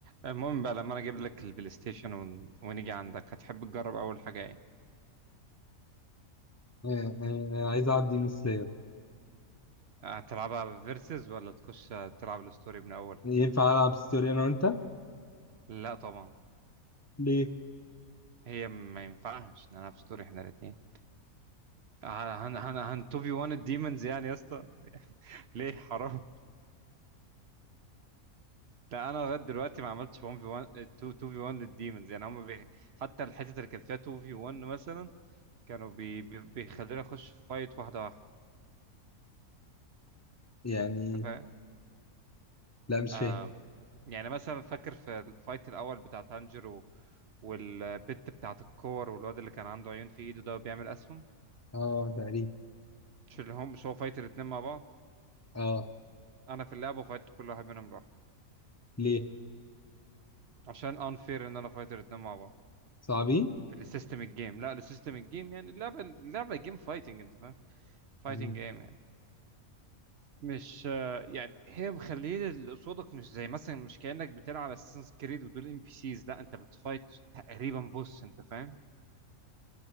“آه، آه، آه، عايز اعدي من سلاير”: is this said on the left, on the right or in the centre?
Left